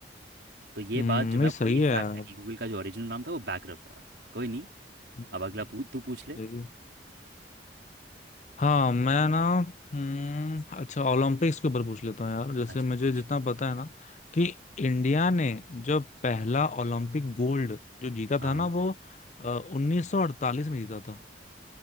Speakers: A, on the right (about 75°); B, on the left (about 40°).
A: तो ये
B: हम्म
A: बात जो
B: नहीं
A: मैं बोल
B: सही
A: रहा हूँ ये
B: है
A: फैक्ट
B: यार
A: है कि गूगल का जो ओरिजिनल नाम था वो बैकरप था कोई नहीं
B: हम्म,
A: अब अगला पू, तू पूछ
B: सही
A: ले
B: है हाँ मैं ना हम्म अच्छा ओलंपिक्स के ऊपर पूछ लेता हूँ यार जैसे
A: अच्छा
B: मुझे
A: कुछ
B: जितना पता है ना कि इंडिया ने जो पहला ओलंपिक गोल्ड जो जीता
A: हाँ
B: था ना वो उन्नीस सौ अड़तालीस में जीता था